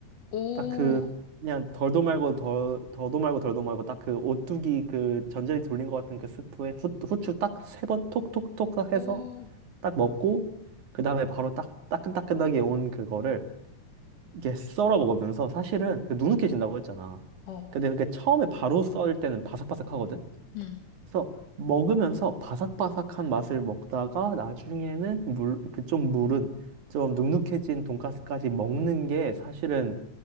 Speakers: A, on the left; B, on the right.
A: 오,
B: 딱 그 그냥 덜도 말고 덜 더도 말고 덜도 말고 딱 그 오뚜기 그 전자레인지 돌린 것 같은 그 스프에 후, 후추 딱 세 번 톡톡톡
A: 오.
B: 해서 딱 먹고 그 다음에 바로 딱 따끈따끈하게 온 그거를 이렇게 썰어 먹으면서 사실은 그 누눅해진다고 했잖아.
A: 어.
B: 근데 그게 처음에 바로 썰 때는 바삭바삭하거든.
A: 음.
B: 그래서 먹으면서 바삭바삭한 맛을 먹다가 나중에는 물, 그 좀 물은 좀 눅눅해진 돈가스까지 먹는 게 사실은